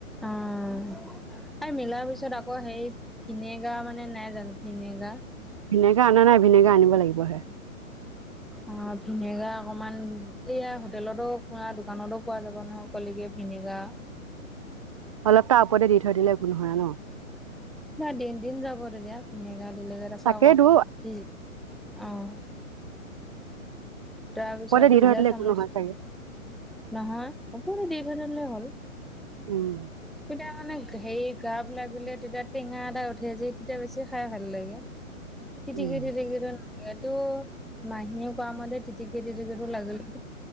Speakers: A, in the centre; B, on the right.
A: এই মিলাৰ পিছত আকৌ সেই ভিনেগা মানে নাই জানো ভিনেগা
B: ভিনেগাৰ অনা নাই ভিনেগাৰ আনিব লাগিবহে।
A: অ ভিনেগাৰ অকমান এইয়া হোটেলতো পুৰা দোকানতো পোৱা যাব নহয় অকললেগে এনেকুৱা
B: অলপ তটা ওপতে দি থৈ দিলে একো নহয় ন।
A: নাই দিন দিন যাব দেতিয়া ভিনেগাৰ দিলেগাৰ তাৰছা
B: তাকেইতো
A: আকৌ অহ, তাৰপিছত
B: ওপৰতে দি
A: ভিজা
B: থৈ দিলে
A: চামুচ
B: একো নহয় চাগে
A: নহয় আপু দি থলে হ'ল।
B: উম
A: এতিয়া অ নাই। হেৰি গাপ লাগিলে তেতিয়া টেঙা এটা উঠিছে তেতিয়া বেছি খাই ভাল লাগে। তিটিকি
B: উম
A: তিটিকি ন এইটো মাহিন কোৱা মতে। টিকেট টিকো লাগিলে ত